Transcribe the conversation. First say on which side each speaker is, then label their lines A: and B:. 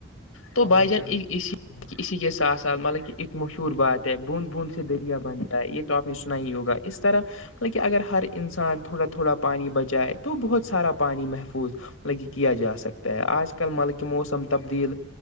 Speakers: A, on the left; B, on the left.
A: تو
B: ہمیں
A: بھائی جان
B: چاہیے
A: اسی
B: ہوں،
A: اسی کے ساتھ ساتھ مطلب کہ ایک مشہور بات ہے بوند بوند سے دریا بنتا ہے یہ تو آپ نے سنا ہی ہوگا اس طرح مطلب کہ اگر ہر انسان تھوڑا تھوڑا پانی بچائے تو بہت سارا پانی محفوظ کیا جا سکتا ہے آج کللملکہ موسم تبدیل